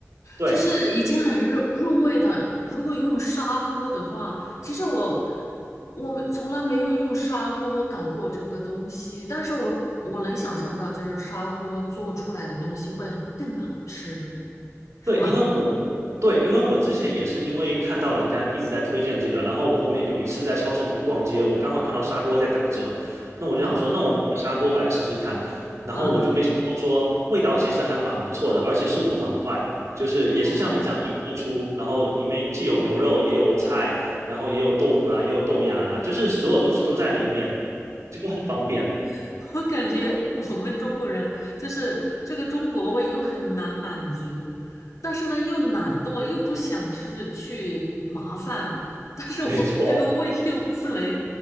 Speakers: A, on the right; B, on the left.
A: 对，
B: 就是已经很入入味的。如果用砂锅的话，其实我我从来没有用砂锅搞过这个东西，但是我我能想象到，就是砂锅做出来的东西会更好吃，是吗？
A: 对，因为我对，因为我之前也是因为看到人家一直在推荐这个，然后我后面有一次在超市里面逛街，我刚好看到砂锅在打折，那我就想说，
B: 嗯
A: 那我买个砂锅回来试试看，然后我就没想到说味道其实还蛮不错的，
B: 嗯，
A: 而且速度很快，就是也是像你这样一锅出，
B: 哇，
A: 然后里面既有牛肉也有菜，然后也有豆腐啦，也有豆芽啦，就是所有东西都在里面，这个很方便。
B: <laughs> 我感觉我们中国人就是这个中国胃又很难满足，但是呢又懒惰，又不想就是去麻烦，<laughs> 但是我们这个胃又不能
A: 没错，